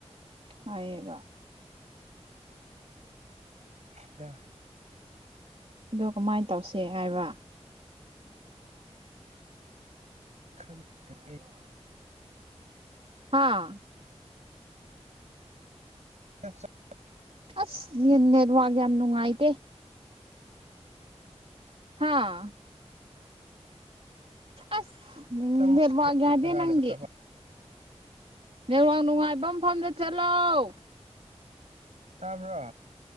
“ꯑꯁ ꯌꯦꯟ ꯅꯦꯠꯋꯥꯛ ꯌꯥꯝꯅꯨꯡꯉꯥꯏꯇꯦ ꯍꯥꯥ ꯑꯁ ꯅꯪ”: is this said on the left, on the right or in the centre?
Right